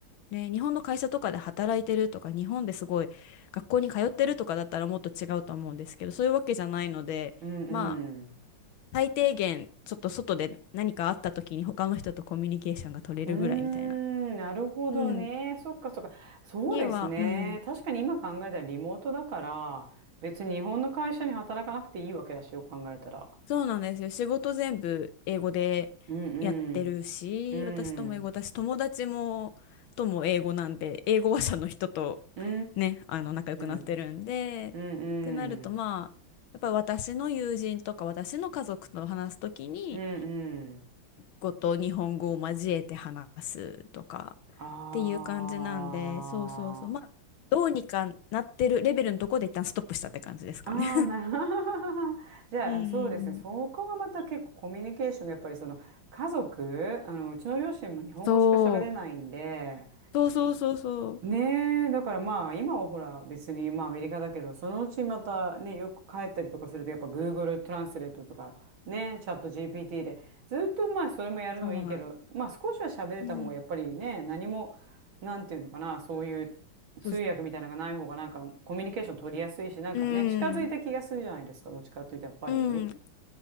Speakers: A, on the left; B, on the right.
A: ね、日本の会社とかで働いてるとか日本ですごい学校に通ってるとかだったらもっと違うと思うんですけどそういうわけじゃないのでまあ
B: うんうん。
A: 最低限ちょっと外で何かあった時に他の人とコミュニケーションが取れるぐらいみたいな
B: うーん、なるほどね。
A: うん。
B: そっかそっか。そうですね。
A: には、うん。
B: 確かに今考えたらリモートだから、別に日本の会社に働かなくていいわけだし、よく考えたら。
A: そうなんですよ。仕事全部英語でやってるし、
B: うんうん。う
A: 私とも英語だし、
B: ん。
A: 友達も、とも英語なんで、英語話者の人と
B: うー
A: ね、あの、仲良くなってるんで、
B: ん。うん
A: ってなると、
B: うん。
A: まあ、やっぱり私の友人とか私の家族と話すときに、
B: うんうん。
A: 語と日本語を交えて話すとか
B: あ
A: っていう感じなんで、そうそうそう、まあ、どうにかなってるレベルのところで一旦ストップしたって感じですかね。
B: あ。ああ、なるほど。<laughs>
A: <laughs>
B: じゃあ、
A: うんうんうん
B: そうですね。そこがまた結構コミュニケーションがやっぱりその家族、あの、うちの両親も日本語しか喋れないんで、
A: そう。そうそうそうそう。
B: ねえ、だからまあ今はほら別にまあアメリカだけど、そのうちまたね、よく帰ったりとかするとやっぱ Google トランスレートとかね、チャット GPT でずっとまあそれもやるのいいけど、
A: そうなんです。
B: まあ少しは喋れた方がやっぱりね、
A: うん。
B: 何も、なんていうのかな、そういう通訳みたいなのがない方がなんかコミュニケーション取りやすいし、
A: そう、
B: なんかね、
A: うん。
B: 近づいた気がするじゃないですか、どっちかというとやっぱり。
A: うん。